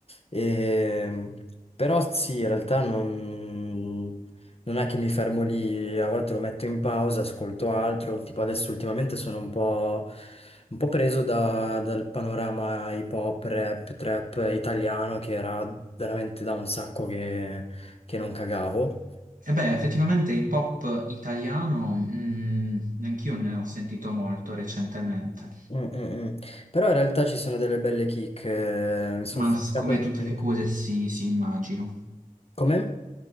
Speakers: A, on the left (about 40°); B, on the right (about 65°).
A: Ehm, però sì, in realtà non, non è che mi fermo lì, a volte lo metto in pausa, ascolto altro, tipo adesso ultimamente sono un po', un po' preso da- dal panorama hip hop, rap, trap italiano che era veramente da un sacco che, che non cagavo.
B: e beh, effettivamente hip hop italiano, mm, anch'io ne ho sentito molto recentemente.
A: Mm, mm, mm. Però in realtà ci sono delle belle kick, eh, mi sono
B: Ma
A: ficcato
B: s- come
A: dentro.
B: tutte le cose, sì, sì, immagino.
A: Come?